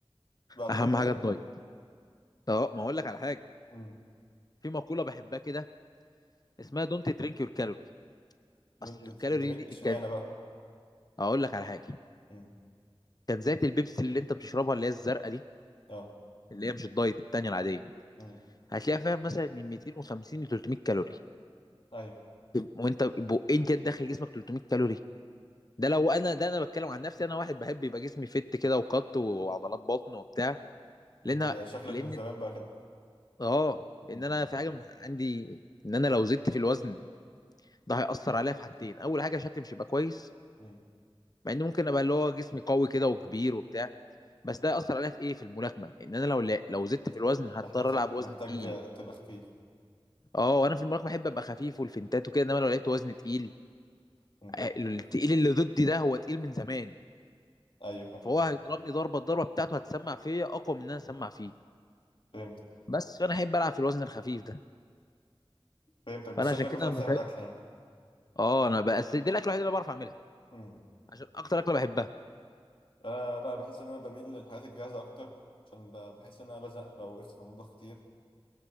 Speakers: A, on the left (about 60°); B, on the left (about 40°).
A: بعد
B: اهم
A: كل ده
B: حاجه الدايت اه ما اقول لك على حاجه
A: إمم.
B: في مقوله بحبها كده اسمها دونت درينك يور كالوري
A: دولت
B: اصل الكالوري
A: درينك
B: دي
A: اشمعنى
B: كان
A: بقى
B: هقول لك على حاجه
A: مم.
B: كان زيت البيبسي اللي انت بتشربها اللي هي الزرقاء دي
A: اه
B: اللي هي مش الدايت التانية العادية
A: مم.
B: هتلاقيها فيها مثلا من 250 ل 300 كالوري
A: طيب
B: وانت بقين كده داخل جسمك 300 كالوري ده لو انا ده انا بتكلم عن نفسي انا واحد بحب يبقى جسمي فت كده وقط وعضلات بطن وبتاع لان
A: انت شكلك
B: لان
A: من زمان بقى كده
B: اه لان
A: مم.
B: انا في حاجه من عندي ان انا لو زدت في الوزن ده هيأثر عليا في حاجتين اول حاجه شكلي مش هيبقى كويس
A: مم.
B: مع ان ممكن ابقى اللي هو جسمي قوي كده وكبير وبتاع بس ده اثر عليا في ايه في الملاكمه ان انا لو لا لو زدت في الوزن هضطر
A: محتاج تبقى
B: العب وزن
A: محتاج
B: تقيل
A: آه، تبقى خفيف
B: اه وانا في الملاكمه احب ابقى خفيف والفنتات وكده انما لو لعبت وزن تقيل
A: مم.
B: آه، التقيل اللي ضدي ده هو تقيل من زمان
A: ايوه فاهم
B: فهو هيضربني ضربه الضربه بتاعته هتسمع فيا اقوى من ان انا اسمع فيه
A: فهمت
B: بس فانا احب العب في الوزن الخفيف ده
A: فهمتك بس
B: فانا
A: شكلك
B: عشان كده
A: بتعرف
B: ما
A: تعمل
B: بحب
A: اكل يعني
B: اه انا بس دي الاكله الوحيده اللي بعرف اعملها
A: مم.
B: عشان اكتر اكله بحبها
A: انا لا بحس ان انا بميل للحاجات الجاهزه اكتر عشان ب- بحس ان انا بزهق لو وقفت في المطبخ كتير